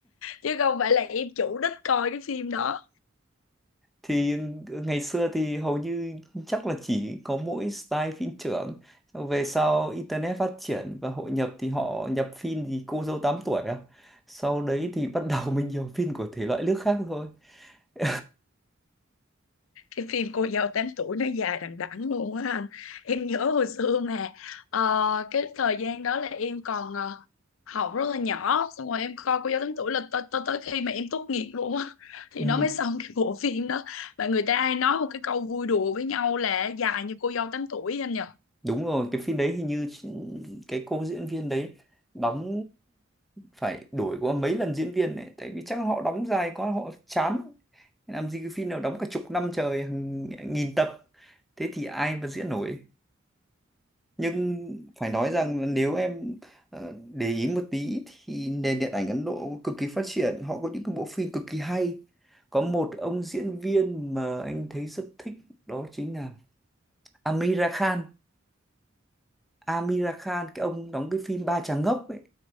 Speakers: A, on the left; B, in the centre.
A: chứ không phải là em chủ đích coi cái phim đó
B: thì ngày xưa thì hầu như chắc là chỉ có mỗi style phim trưởng Xong về sau internet phát triển và hội nhập thì họ nhập phim gì cô dâu 8 tuổi à sau đấy thì bắt đầu mình nhiều phim của thể loại nước khác thôi <laughs>
A: cái phim cô dâu tám tuổi nó dài đằng đẵng luôn á anh em nhớ hồi xưa mà ờ, cái thời gian đó là em còn ờ, học rất là nhỏ xong rồi em coi cô dâu tám tuổi là tới tới tới khi mà em tốt nghiệp luôn á thì
B: ừ,
A: nó mới xong cái bộ phim đó và người ta hay nói một cái câu vui đùa với nhau là dài như cô dâu tám tuổi anh nhỉ?
B: đúng rồi cái phim đấy hình như chị- cái cô diễn viên đấy đóng phải đổi qua mấy lần diễn viên đấy tại vì chắc họ đóng dài quá họ chán làm gì cái phim nào đóng cả chục năm trời hàng nghìn tập thế thì ai mà diễn nổi nhưng phải nói rằng nếu em ờ, để ý một tí thì nền điện ảnh Ấn Độ cực kỳ phát triển họ có những cái bộ phim cực kỳ hay có một ông diễn viên mà anh thấy rất thích đó chính là Amira Khan Amira Khan cái ông đóng cái phim Ba Chàng Ngốc ấy